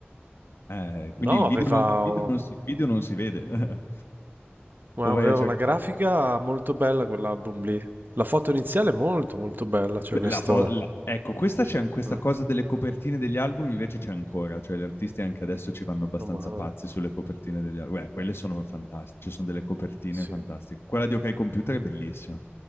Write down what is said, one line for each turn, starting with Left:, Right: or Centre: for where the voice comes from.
Left: eh, quindi
Right: No,
Left: il video
Right: aveva,
Left: non, il video non si, il video non si vede, <laughs>
Right: aveva
Left: o vai a cercarlo.
Right: una grafica molto bella quell'album lì. La foto iniziale è molto molto bella, cioè
Left: Beh,
Right: questo...
Left: la fo- la- Ecco, questa, c'è an- questa
Right: mm,
Left: cosa delle copertine degli album invece c'è ancora, cioè gli artisti anche adesso ci vanno abbastanza
Right: Meno male,
Left: pazzi sulle copertine degli album. Beh, quelle sono fantastiche, ci sono delle copertine
Right: sì.
Left: fantastiche. Quella di OK Computer è bellissima,